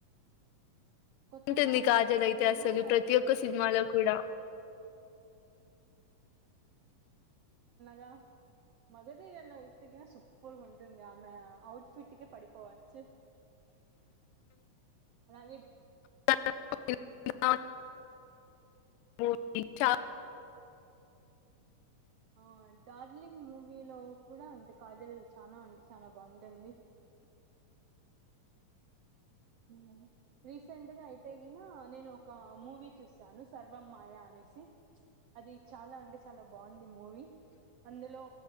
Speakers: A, on the right (about 80°); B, on the left (about 85°).
A: కొత్తగా
B: ఉంటుంది కాజల్
A: ఎదిగిన
B: అయితే, అసలు ప్రతి ఒక్క సినిమాలో కూడా.
A: రా మగధర్ లో ఎత్తు గిన సూపర్ గా ఉంటుంది. ఆమె అవుట్ ఫిట్ కి పడిపోవచ్చు.
B: <unintelligible>
A: అలాగే
B: <inaudible> ఓ, డి, చా
A: ఓ ఆ డార్లింగ్ మూవీలో కూడా అంతే, కాజల్ చానా అంటే చానా బావుంటుంది.
B: <unintelligible>
A: ఉ రీసెంట్గా అయితే గిన, నేను ఒక మూవీ చూసాను. సర్వమ్ మాయా అని నేసి అది చాలా అంటే చాలా బాగుంది మూవీ. అందులో